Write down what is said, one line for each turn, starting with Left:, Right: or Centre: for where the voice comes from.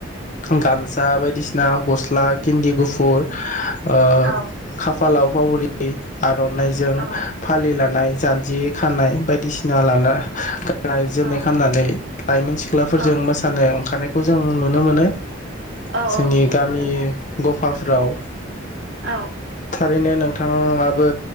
Left: गामसा बायदिसिना गस्ला गिन्दि गुफुर ओ
Right: औ
Left: खाफालाव फावरि आरनाइजों
Right: औ
Left: फालि लानाय जान्जि खानाय बायदिसिना लाना गा नाय जोमनायख
Right: औ
Left: ओइ लाइमोन सिख्लाफोरजों
Right: औ
Left: मोसानो ओंखारनाय खौ जों नुनो मोनो
Right: औ
Left: जोंनि
Right: औ नंगौ
Left: गामि
Right: नोंथां
Left: ग फा फ्राव
Right: औ
Left: रैनो नोंथाङाबो